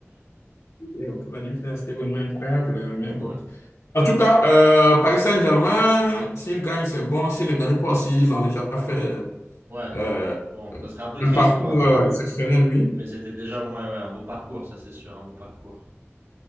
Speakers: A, on the left (about 75°); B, on the right (about 70°).
A: Et pour la demi-finale, c'était vraiment incroyable, euh, mais bon.
B: Ouais.
A: En tout cas, euh, Paris Saint-Germain, s'ils gagnent, c'est bon. S'ils ne gagnent pas, s'ils ont déjà fait
B: Ouais.
A: euh,
B: Bon, ça serait un peu
A: un
B: triste
A: parcours
B: quoi.
A: euh, exceptionnel, lui.
B: Mais c'était déjà moi ouais, un beau parcours, ça c'est sûr, un beau parcours.